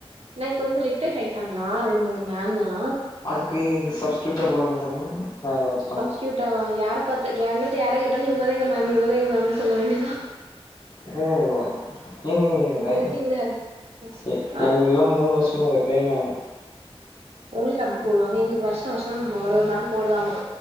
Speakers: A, on the right; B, on the left.
A: நைக் வந்து ரிட்டைட் ஆய்ட்டாங்ளா ரெண்டு மூணு மேம்லா
B: அதுக்கு இது சப்ஸ்டியூட்டா போட மாட்டாங்ள வேற ஒருத்
A: ஃபஸ்ட்டியூட்டாவா யார பாத்து எங்கள்ட்ட யார கேட்டாலு இவங்கதா எங்க மேம்மு இவங்கதா எங்க மேம்முன் சொல்ல வேண்டிதா
B: ஓ எங்கிங்க எவ
A: இது வரைக்கு எங்கள ஃபர்ஸ்ட்
B: எ
A: ஆ
B: எங்ல்லா மூணு வருஷமு ஒரே மேம்மு
A: உங்ளுக்கு அப்டி போடுவாங்க எங்ளுக்கு வர்ஷ வர்ஷம் ஒரு ஒரு மேம் போடுவாங்கப்